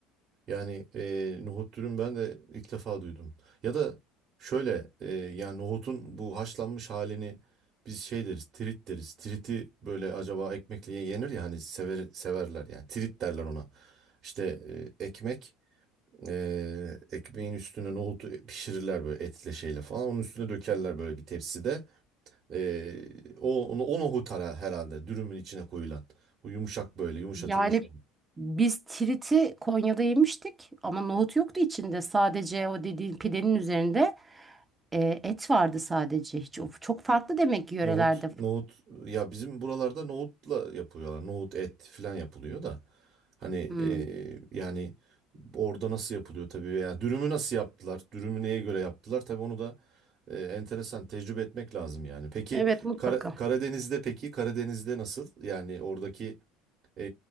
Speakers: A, on the right (about 50°); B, on the right (about 20°).
A: Yani e, nohut dürüm ben de ilk defa duydum. Ya da şöyle e, yani nohutun bu haşlanmış halini biz şey deriz, tirit deriz. Tiriti böyle acaba ekmekle yenir ya hani sever, severler yani tirit derler ona. İşte e, ekmek e, ekmeğin üstüne nohutu pişirirler böyle etle şeyle falan. Onun üstüne dökerler böyle bir tepside. E, o, o nohut ara herhalde dürümün içine koyulan. O yumuşak böyle yumuşatılmış.
B: Yani biz tiriti Konya'da yemiştik ama nohut yoktu içinde sadece o dediğin pidenin üzerinde e, et vardı sadece hiç o çok farklı demek ki yörelerde.
A: Nohut, nohut e, ya bizim buralarda nohutla yapıyorlar. Nohut et falan yapılıyor da. Hani
B: Hmm.
A: e, yani orada nasıl yapılıyor tabii veya dürümü nasıl yaptılar? Dürümü neye göre yaptılar? Tabii onu da e, enteresan tecrübe etmek lazım yani. Peki
B: Evet mutlaka.
A: Kara- Karadeniz'de peki Karadeniz'de nasıl? Yani oradaki e,